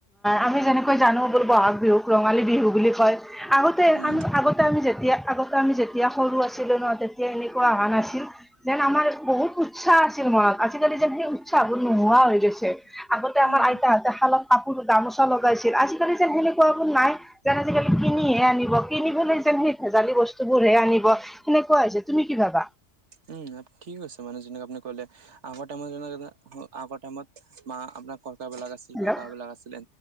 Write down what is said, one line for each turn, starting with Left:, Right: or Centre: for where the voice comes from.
Centre: আমি যেনেকৈ জানো বোলো বহাগ বিহুক ৰঙালী বিহু বুলি কয়। আগতে
Right: উম
Centre: আমি আগত আমি যেতিয়া আগতে আমি যেতিয়া সৰু আছিলো ন, তেতিয়া এনেকুৱা অহা নাছিল। যেন আমাৰ বহুত উৎসাহ আছিল মনত। আজিকালি যেন সেই উৎসাহ বোৰ নোহোৱা হৈ গৈছে। আগতে আমাৰ
Right: উম
Centre: আইতাহঁতে শালত কাপোৰ গামোচা লগাইছিল। আজিকালি যেন সেনেকুৱাবোৰ নাই। যেন আজিকালি কিনিহে আনিব। কিনিবলৈ যেন সেই ভেজালি বস্তুবোৰহে আনিব সেনেকুৱা হৈছে। তুমি কি ভাবা?
Right: উম, ঠিক কৈছে, মানে যেনেক আপুনি ক'লে। আগতে টাইমত, যেনেকে আগৰ টাইমত মা আপোনাৰ ককাবিলাক আছিলে।
Centre: হেল্ল'
Right: কাকাবিলাক আছিলে।